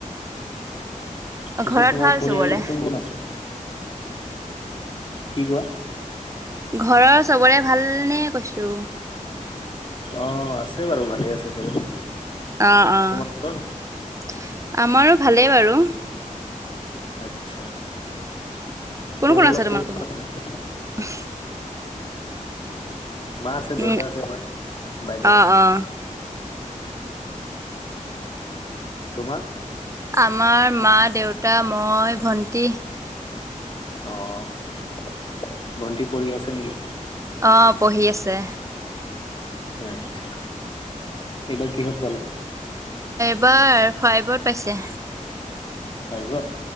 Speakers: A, on the left; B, on the right.
A: পিছত
B: ঘৰত
A: তোমাৰ
B: ভাল
A: পৰিয়ালত
B: চবৰে?
A: কোন কোন আছে? কি কোৱা?
B: ঘৰৰ চবৰে ভালনে কৈছো?
A: অ আছে বাৰু ভালে আছে চবে।
B: অ অ
A: তোমালোকৰ
B: আমাৰো ভালেই বাৰু
A: আচ্ছা
B: কোন
A: পৰিয়ালত
B: আছে তোমালোকৰ
A: কোন কোন
B: ঘৰত?
A: আছে?
B: <inaudible>
A: মা আছে দেউতা
B: উম,
A: আছে মই বাইদেউ।
B: অ', অ'।
A: তোমাৰ?
B: আমাৰ মা দেউতা মই ভন্টি
A: আহ ভণ্টি পৰি আছে নেকি?
B: আহ পঢ়ি আছে।
A: আচছা এইবাৰ কিহত পালে?
B: এবাৰ ফাইভত পাইছে
A: হয় গ